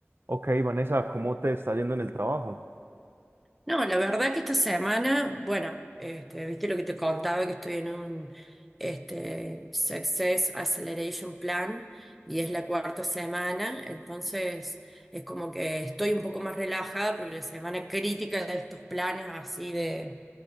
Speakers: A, on the right; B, in the centre.
A: Ok, Vanessa, ¿cómo te está yendo en el trabajo?
B: No, la verdad que esta semana, bueno, este, viste lo que te contaba, que estoy en un este, Success Acceleration Plan y es la cuarta semana, entonces es como que estoy un poco más relajada porque la semana crítica de estos planes así de,